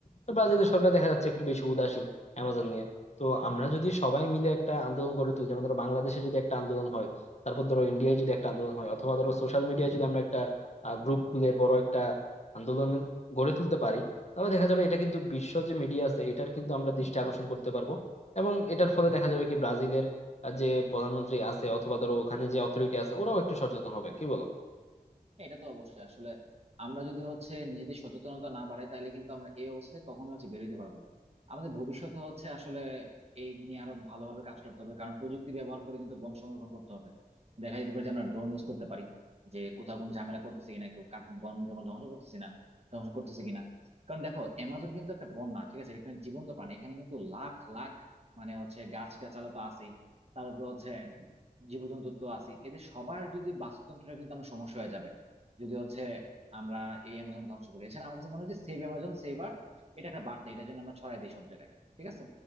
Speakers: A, on the left; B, on the right.
A: তো ব্রাজিলের সরকার দেখা যাচ্ছে একটু বেশি উদাসীন অ্যামাজন নিয়ে তো আমরা যদি সবাই মিলে একটা আন্দোলন গড়ে তুলি যেমন ধরো বাংলাদেশে যদি একটা আন্দোলন হয় তারপর ধরো ইন্ডিয়ায় যদি একটা আন্দোলন হয় অথবা ধরো সোশ্যাল মিডিয়ায় যদি আমরা একটা গ্রুপ খুলে বড় একটা আন্দোলন গড়ে তুলতে পারি তাহলে দেখা যাবে এটা কিন্তু বিশ্ব যে মিডিয়া আছে এটার কিন্তু আমরা দৃষ্টি আকর্ষণ করতে পারবো এবং এটার ফলে দেখা যাবে কি ব্রাজিলের আহ, যে প্রধানমন্ত্রী আছে অথবা ধরো ওখানে যে অথরিটি আছে ওরাও একটু সচেতন হবে কি বলো
B: হ্যাঁ, এটা তো অবশ্যই আসলে আমরা যদি হচ্ছে নিজেদের সচেতনতা না বাড়াই তাহলে কিন্তু আমরা এই অবস্থায় কখনো হচ্ছে বেরোতে পারবো না আমাদের ভবিষ্যতে হচ্ছে আসলে এই নিয়ে আরো ভালোভাবে কাজ করতে হবে কারণ প্রযুক্তি ব্যবহার করে কিন্তু বন সংরক্ষণ করতে হবে দেখা যেতে পারে যে আমরা ড্রোন ইউজ করতে পারি যে কোথাও কোনো ঝামেলা করতেছে কিনা কেউ কাঠ বন জঙ্গল ধ্বংস করতেছে না ধ্বংস করতেছে কিনা কারণ দেখো অ্যামাজন কিন্তু একটা বন না ঠিক আছে এখানে জীবন্ত প্রাণী এখানে কিন্তু লাখ লাখ মানে হচ্ছে গাছ গাছালা তো আছেই তারপরে হচ্ছে জীবজন্তু তো আছেই এদের সবার যদি বাস্তুতন্ত্রের কিন্তু আমার সমস্যা হয়ে যাবে যদি হচ্ছে আমরা এই অ্যামাজন ধ্বংস করি এছাড়া আমার কাছে মনে হয় যে সেভ অ্যামাজন সেভ আর্থ এটা একটা বার্তা এটা যেন আমরা ছড়াই দিই সব জায়গায় ঠিক আছে